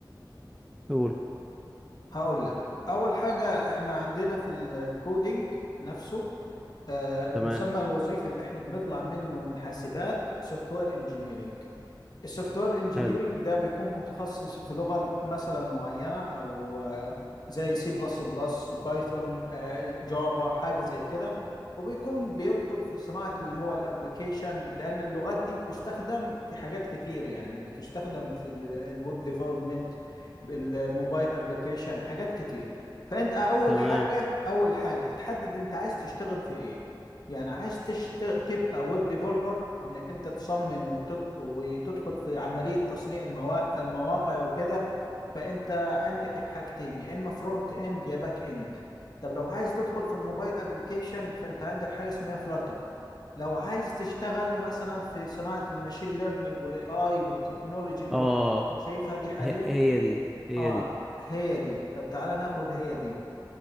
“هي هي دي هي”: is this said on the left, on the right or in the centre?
Centre